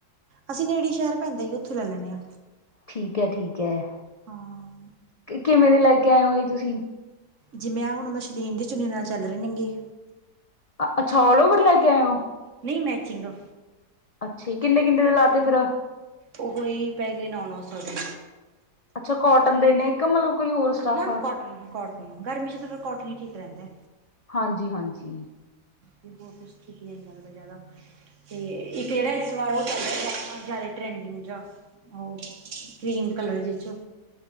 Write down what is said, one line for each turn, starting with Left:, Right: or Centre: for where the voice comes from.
Right: ਅਸੀਂ ਨੇੜੇ ਹੀ ਸ਼ੈਰ ਪੈਂਦਾ ਜੀ ਉਥੋਂ ਲੈ ਲੈਨੇ ਆ।
Left: ਠੀਕ ਐ ਠੀਕ ਐ,
Right: ਹਾਂ
Left: ਕਿਵੇਂ ਦੇ ਲੈ ਕੇ ਆਏ ਹੋ ਜੀ ਤੁਸੀਂ?
Right: ਜਿਵੇਂ ਆ ਹੁਣ ਮਸ਼ਲੀਨ ਦੀ ਚੁਨੀ ਨਾਲ ਚੱਲ ਰਹੇ ਨੇਗੇ।
Left: ਅੱਛਾ ਆਲ ਓਵਰ ਲੈ ਕੇ ਆਇਓ।
Right: ਨੀ ਮੈਚਿੰਗ।
Left: ਅੱਛੇ ਕਿੰਨੇ-ਕਿੰਨੇ ਦੇ ਲਾ ਤੇ ਫਿਰ।
Right: ਉਹ ਕੋਈ ਪੈ ਗਏ ਨੋ-ਨੋ ਸੌ ਦੇ।
Left: ਅੱਛਾ ਕੋਟਨ ਦੇ ਨੇ। ਕਿ ਮਲਬ ਕੋਈ ਹੋਰ ਸਟੱਫ
Right: ਨਾ
Left: ਆ
Right: ਕੋਟਨ-ਕੋਟਨ ਗਰਮੀ ਚ ਫੇਰ ਕੋਟਨ ਹੀ ਠੀਕ ਰੇੰਦਾ।
Left: ਹਾਂਜੀ-ਹਾਂਜੀ।
Right: ਵੀ ਹੋਰ ਕੁਛ ਠੀਕ ਹੀ ਨਈ ਲੱਗਦਾ ਜਾਦਾ। ਤੇ ਇੱਕ ਜੇੜਾ ਇਸ ਵਾਰ ਉਹ ਚਲ ਰਿਆ ਜਾਦਾ ਟਰੈਂਡਿੰਗ ਜਾ। ਓ ਕਰੀਮ ਕਲਰ ਦੇ ਚ।